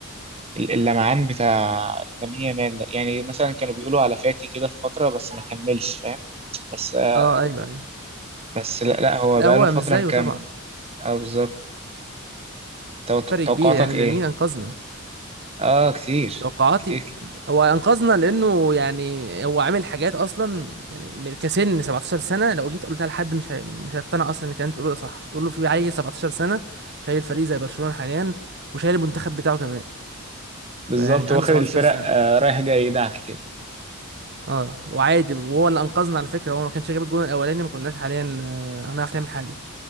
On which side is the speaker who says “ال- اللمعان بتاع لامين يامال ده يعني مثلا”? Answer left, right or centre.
Right